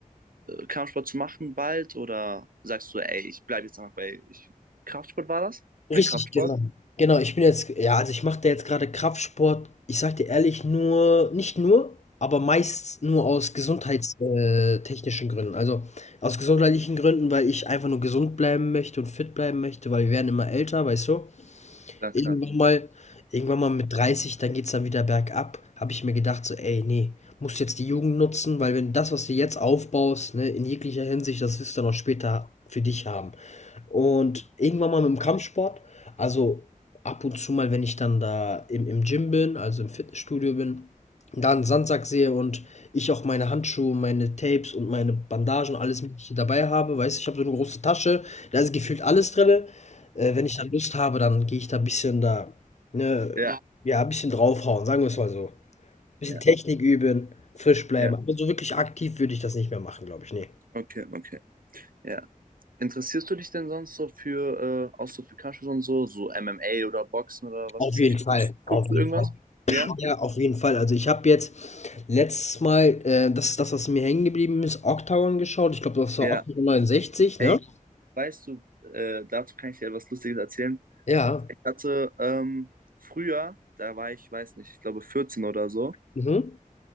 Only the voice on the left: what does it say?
richtig,
genau. Genau, ich bin jetzt, ja, also ich mache da jetzt gerade Kraftsport. Ich sag dir ehrlich, nur, nicht nur, aber meist nur aus gesundheitstechnischen Gründen. Also aus gesundheitlichen Gründen, weil ich einfach nur gesund bleiben möchte und fit bleiben möchte, weil wir werden immer älter, weißt du?
Irgendwann
mal irgendwann mal mit 30, dann geht's dann wieder bergab, habe ich mir gedacht so: „Ey, nee, musst jetzt die Jugend nutzen, weil wenn das, was du jetzt aufbaust, ne, in jeglicher Hinsicht, das wirst du dann auch später für dich haben.“ Und irgendwann mal mit'm Kampfsport also, ab und zu mal, wenn ich dann da im im Gym bin, also im Fitnessstudio bin, da 'n Sandsack sehe und ich auch meine Handschuhe, meine Tapes und meine Bandagen, alles Mögliche dabei habe, weißt du? Ich habe so eine große Tasche, da ist gefühlt alles drin. Äh, wenn ich dann Lust habe, dann gehe ich da ein bisschen da, ne,
ja, ein bisschen draufhauen, sagen wir es mal so. Ein Bisschen
Technik üben, frisch bleiben,
aber so wirklich aktiv würde ich das nicht mehr machen, glaube ich, ne.
Auf
jeden
Fall,
auf
jeden
Fall.
Ja, auf jeden Fall. Also, ich habe jetzt letztes Mal, äh, das ist das, was mir hängen geblieben ist, Octagon geschaut. Ich glaube, das war
Octagon 69,
ne?
Ja.
Mhm.